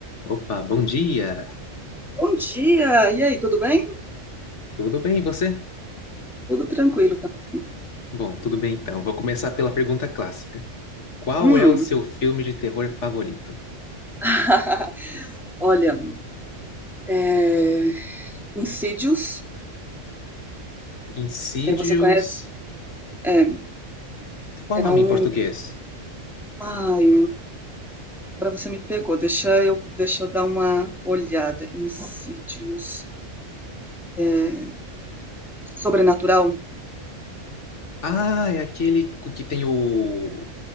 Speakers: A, on the left (about 65°); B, in the centre.
A: Opa, bom dia!
B: Bom dia! E aí, tudo bem?
A: Tudo bem, e você?
B: Tudo tranquilo também.
A: Bom, tudo bem então. Vou começar pela pergunta clássica. Qual
B: Hum.
A: é o seu filme de terror favorito?
B: <laughs> Olha, é... Insidious,
A: Insidious.
B: é, você conhece? É,
A: Qual
B: é
A: o nome
B: um.
A: em português?
B: Ai, agora você me pegou. Deixa eu, deixa eu dar uma olhada. Insidious. É... Sobrenatural?
A: Ah, é aquele cu- que tem o,